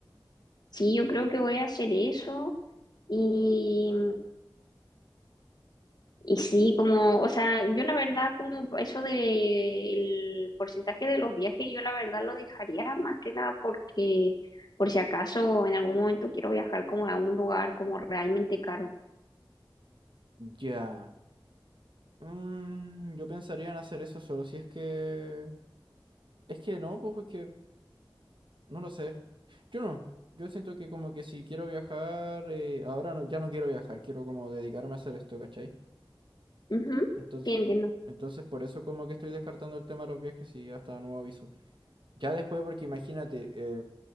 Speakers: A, on the left; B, on the right.
A: Sí, yo creo que voy a hacer eso. Y, y sí, como, o sea, yo la verdad, como eso del porcentaje de los viajes, yo la verdad lo dejaría más que nada porque por si acaso en algún momento quiero viajar como a un lugar como realmente caro.
B: Ya. Mm, yo pensaría en hacer eso solo si es que... Es que no, pues, porque no lo sé. Yo no. Yo siento que como que si quiero viajar, eh, ahora no, ya no quiero viajar, quiero como dedicarme a hacer esto, ¿cachai?
A: Ujú,
B: Entonces,
A: Sí, entiendo.
B: entonces por eso como que estoy descartando el tema de los viajes y hasta nuevo aviso. Ya después, porque imagínate, eh,